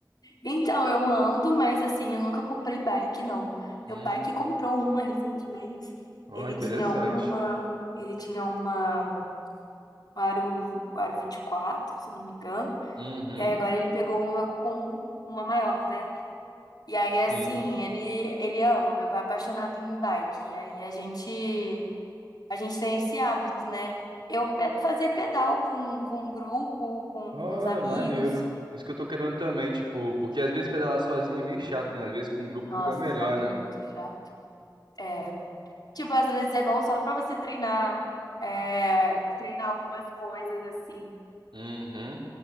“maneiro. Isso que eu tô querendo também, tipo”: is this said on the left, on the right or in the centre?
Right